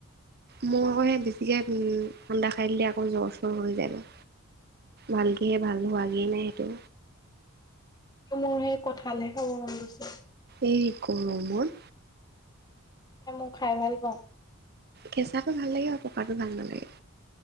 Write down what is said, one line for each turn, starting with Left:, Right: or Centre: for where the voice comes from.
Right: মোৰ আকৌ সেই বেছিকে ঠাণ্ডা খাই দিলে আকৌ জ্বৰ চৰ হৈ যায়গৈ। ভালকে ভাল হোৱাগে নাই সেইটো।
Left: মোৰ সেই কঁঠালহে খাব মন গৈছে।
Right: এই গৰমত?
Left: অঁ মই খাই ভাল পাওঁ।
Right: কেঁচাটো ভাল লাগে বাৰু পকাটো ভাল নালাগে।